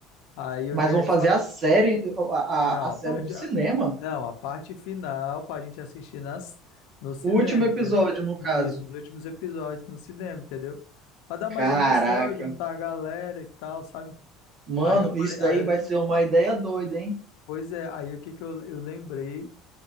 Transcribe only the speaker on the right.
Mas
vão
fazer
a série, a,
a, a série
no cinema?
O último episódio,
no
caso.
Caraca.
Mano,
isso
daí
vai
ser uma ideia doida, hein?